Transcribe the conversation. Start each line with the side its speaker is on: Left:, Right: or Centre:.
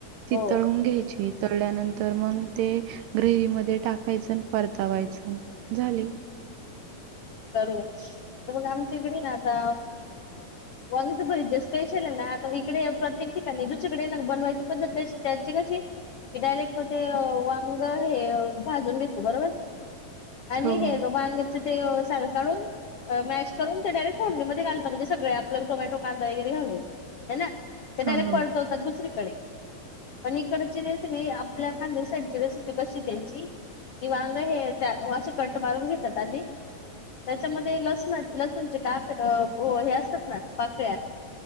Right: ती
Left: हो.
Right: तळून घ्यायची उ तळल्यानंतर मग ते ग्रेवी मध्ये टाकायचं परतावायचं झाली
Left: हम्म हम् बरोबर आता मग आमचीकडे ना आता. वांग्याचे भरीत तर बरीच स्पेशल आहे ना आता इकडे प्रत्येक ठिकाणी दुचकडे ना बनवायची पण त्याची कशी डायरेक्ट मग ते वांग हे भाजून घेतो बरोबर आणि
Right: हो
Left: हे
Right: हो
Left: बांग्याच ते साार काढून, मॅश करून ते डायरेक्ट फोडणीमध्ये घालत म्हणजे सगळे आपलं टोमॅटो, कांदा, वैरे घालून. ह ना ते डायरेक्ट
Right: हां हां
Left: पालतात दुसरीकडे पण इकडची रेसिपी आपल्या खानदेश साईडची रेसिपी कशी त्यांची. वांग अगा हे त्या अशीे कट मारून घेतात आधी, त्याच्यामध्ये लसण लसूणचे काय हे असतात ना पाकळ्या.